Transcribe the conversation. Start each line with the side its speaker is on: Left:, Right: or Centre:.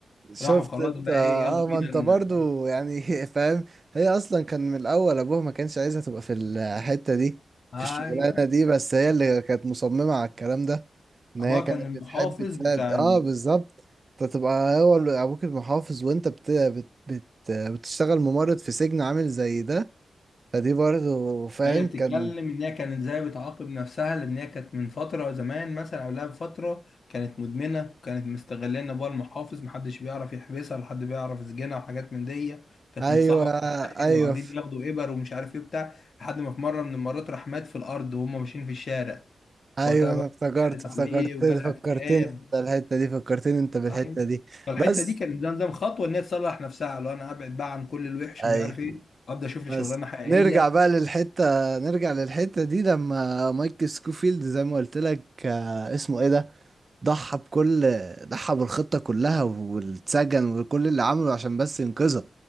Right: شفت
Left: راحوا خلاص
Right: انت
Left: بقى
Right: اه
Left: ايه يلا بينا
Right: ما انت
Left: ن-
Right: برضو يعني <laughs> فاهم هي اصلا كان من الاول ابوها ما كانش عايزها تبقى في الحتة دي
Left: ايوه
Right: في الشغلانة دي بس هي اللي كانت مصممة على الكلام ده ان
Left: ابوها
Right: هي كانت
Left: كان المحافظ
Right: بتحب تساعد
Left: بتاع
Right: اه بالظبط انت تبقى هو ال- ابوك المحافظ وانت بت... بت... بت... بتشتغل ممرض في سجن عامل زي ده فدي برضو فاهم
Left: هي بتتكلم
Right: كان
Left: ان هي كانت ازاي بتعاقب نفسها لان هي كانت من فتره زمان مثلا قبلها بفتره كانت مدمنه وكانت مستغلاه ان ابوها المحافظ محدش بيعرف يحبسها ولا حد بيعرف يسجنها وحاجات من دي كانت
Right: ايوه
Left: متصاحبه مع واحد
Right: ايوه
Left: وقاعدين ياخدوا ابر ومش عارف ايه بتاع لحد ما في مره من المرات راح مات في الارض وهم ماشيين في الشارع
Right: ايوه
Left: فوقتها
Right: انا
Left: بقى
Right: افتكرت
Left: قالت عليه
Right: افتكرت
Left: وجالها
Right: فكرتني
Left: اكتئاب
Right: انت الحتة دي فكرتني انت بالحتة
Left: أيوة.
Right: دي
Left: فالحته
Right: بس
Left: دي كانت زي نظام خطوه ان هي تصلح نفسها لو انا ابعد بقى عن كل الوحش
Right: ايوه
Left: ومش عارف ايه ابدا اشوف لي
Right: بس
Left: شغلانه حقيقيه
Right: نرجع بقى للحتة نرجع للحتة دي لما مايك سكوفيلد زي ما قلت لك آه، اسمه ايه ده ضحى بكل ضحى بالخطة كلها واتسجن وكل اللي عمله عشان بس ينقذها